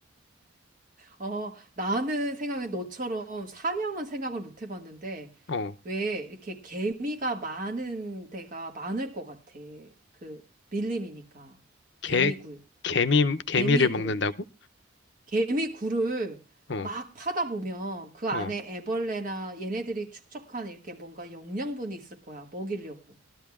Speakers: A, on the right; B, on the left.
A: 어, 나는 생각에 너처럼 사냥은 생각을 못 해봤는데,
B: 어,
A: 왜 이렇게 개미가 많은 데가 많을 것 같아. 그 밀림이니까.
B: 개,
A: 개미굴,
B: 개미, 개미를
A: 개미굴,
B: 먹는다고?
A: 개미굴을
B: 어,
A: 막 파다 보면 그 안에
B: 어.
A: 애벌레나 얘네들이 축적한 이렇게 뭔가 영양분이 있을 거야. 먹이려고.